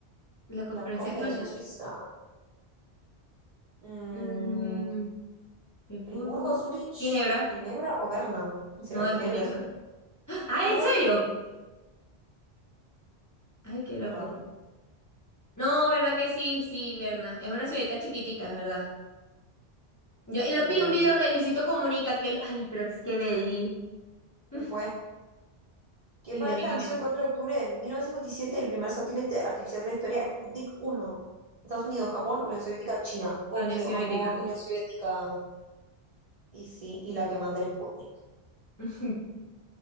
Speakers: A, on the left; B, on the right.
A: la conferencia?
B: la Confederación
A: Cónchale.
B: Suiza? Mm,
A: Mm, Friburgo.
B: ¿Friburgo, Zúrich,
A: Ginebra.
B: Ginebra o Berna? ¿Y será
A: No,
B: Ginebra,
A: es Ginebra.
B: sí?
A: <gasps> ¡Ah,
B: Ah, no,
A: en
B: Berna.
A: serio! Ay, qué loco.
B: Qué raro.
A: No, ¿verdad que sí? Sí, Berna. Es una ciudadita chiquitica, es ¿verdad? Yo
B: Sí,
A: lo
B: podríamos.
A: vi un video de Luisito Comunica que... él- Ay, pero es que me di.
B: Él
A: <laughs>
B: fue. ¿Qué
A: Irónicamente.
B: país lanzó el 4 de octubre de 1957 el primer satélite artificial de la historia, Sputnik uno? Estados Unidos, Japón, Unión Soviética, China. Obvio,
A: a Unión Soviética.
B: amor, Unión Soviética. Y sí, y la que manda el Sputnik.
A: <laughs>